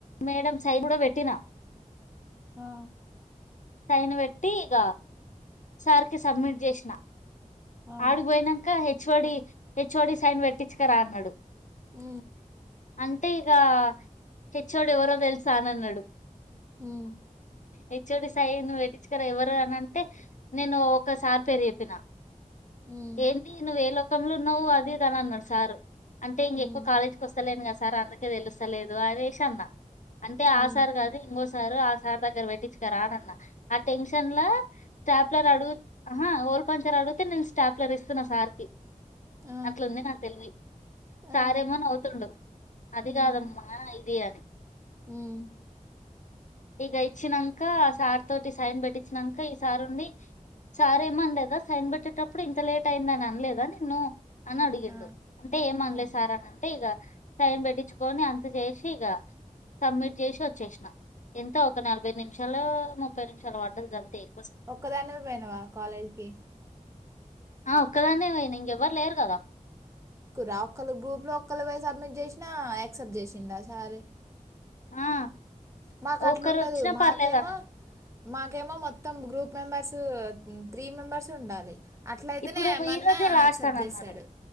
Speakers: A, on the left (about 65°); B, on the right (about 20°).
A: మేడం సైడ పెట్టినా
B: ఆ
A: టైన్ పెట్టి ఇక సార్కి సబ్మిట్ చేసిన
B: ఆ.
A: ఆడుగు పోయినాకచ్చ హెచ్ఓడి హెచ్ఓడి సైన్ పెట్టించక రాన్నాడు
B: అ
A: అంటే ఇక హెచ్ోడు ఎవరో తెలుసా అన అన్నాడు
B: మ్మ్,
A: ఎ చోడి సయి నువ్వు వట్టించుకురా ఎవ్వరు అని అంటే నేను ఒకసారి పెేరు చెప్పిన
B: మ్మ్,
A: ఏందిను వేళ పుఖంలో నవ్వు అదేదని అన్నాడు సారు అంటేం
B: మ్మ్,
A: ఎక్కువ కాలజ్కి వస్తాేను కా
B: తీసుకుని
A: సార్ అందుకే
B: అనుకోలేదు,
A: తెలుసలేదు అనేసాను నా అంటే
B: మ్మ్,
A: ఆశారు
B: మ్మ్,
A: కాదు ఇంకోసారు సార్ా గరవెటీ చ కాాలన్నా ఆ టెన్షన్ లో స్టాఫ్ రాడు ఓల్పన్ంచ రాడు అయితే నేను స్టాప్ ల ఇస్తున్నా సార్ కకి
B: ఆ.
A: అట్లాంది నాకు తెలివి
B: ఆ.
A: సారేమోని అవుతుండడు అది
B: ఉమ్.
A: కాదమ్మా ఇది అని
B: ఉమ్.
A: ఇక ఇచ్చినాక ఆ సార్ తోటి సైన్ పెట్టించినాక ఈ సార్ ఉండి సార్ ఏమనిలేదా సైన్ పెట్టి పెట్టేటప్పుడు ఇంత లేట్ అయిందని అనలేదా నిన్ను అని అడిగిండు
B: ఆ.
A: అంటే ఏమనలేదు
B: ఆహా.
A: సార్ అని అంటే ఇగ సైన్ పెట్టిచ్చుకొని అంత చేసి ఇగ సబ్మిట్ చేసి వచ్చేసినా ఎంత ఒక నలభై నిమిషాలు ముప్పై నిమిషాలు పడ్డది గంతే ఇ
B: ఒక్కదానివె పోయినావా కాలేజ్ కి
A: ఆ ఒక్కదాన్నే పొయిన ఇంగెవ్వరు లేరు కదా
B: కురా ఒక్కళ్ళు గ్రూప్ లో ఒక్కళ్రు బొయ్ సబ్మిట్ జేసినా యాక్సెప్ట్ జేసిండ సారు
A: ఆ
B: మాకు అట్లుండదు
A: ఒకరు వచ్చినా
B: మాకేమో
A: పర్లేదనను
B: మాకేమో మొత్తం గ్రూప్ మెంబెర్స్ త్రీ మెంబర్సు ఉండాలి అట్లయితేనే
A: ఇప్పుడు
B: ఏమన్నా
A: ఈ రోజే లాస్ట్
B: యాక్సెప్ట్
A: అని
B: చేస్తాడు
A: అన్నాడు